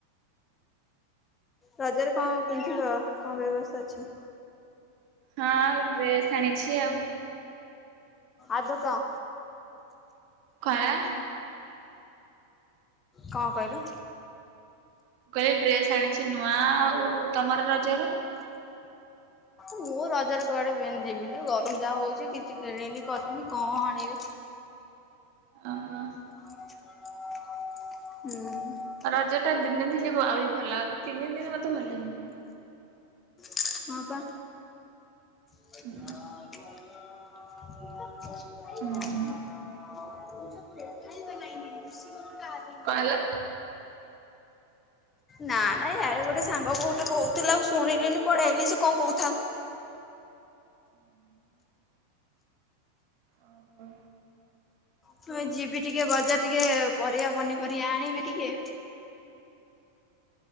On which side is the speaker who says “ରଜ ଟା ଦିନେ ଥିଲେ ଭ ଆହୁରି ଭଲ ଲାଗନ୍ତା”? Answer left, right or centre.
Right